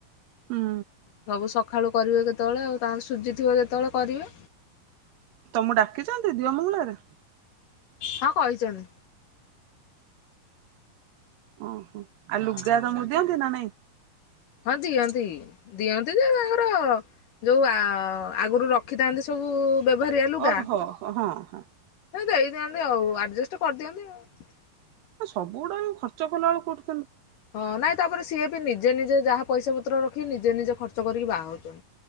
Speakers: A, on the right; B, on the left.
A: ହୁଁ
B: ସବୁ ସକ୍ ସଖାଳୁ କରିବେ କେତେବେଳେ ଆଉ ତାଙ୍କର ସୁଝିଥିବ ଯେତେବେଳେ କରିବେ।
A: ତମକୁ ଡାକିଛନ୍ତି ଦିଅଁ ମଙ୍ଗୁଳାରେ?
B: ହଁ କହିଛନ୍ତି।
A: ଓହୋଃ ଆଉ ଲୁଗା
B: ହଁ।
A: ତମକୁ ଦିଅନ୍ତି ନା ନାହିଁ?
B: ହଁ ଦିଅନ୍ତି, ଦିଅନ୍ତି ଯେ ତାଙ୍କର ଯୋଉ ଆ ଆଗରୁ ରଖିଥାନ୍ତି ସବୁଉଉ ବ୍ୟବହାରିଆ ଲୁଗା
A: ଓହୋ ହଁ ହଁ
B: ଦେଇ ଦିଅନ୍ତି ଆଉ ଆଡଜେଷ୍ଟ୍ କରିଦିଅନ୍ତି ଆଉ।
A: ସବୁଗୁଡା ବି ଖର୍ଚ୍ଚ କଲାବେଳକୁ କୋଉଠୁ
B: ହଁ ନାଇଁ, ତାପରେ ସିଏ ବି ନିଜେ ନିଜେ ଯାହା ପଇସାପତ୍ର ରଖି ନିଜେନିଜେ ଖର୍ଚ୍ଚ କରିକି ବାହାହଉଛନ୍ତି।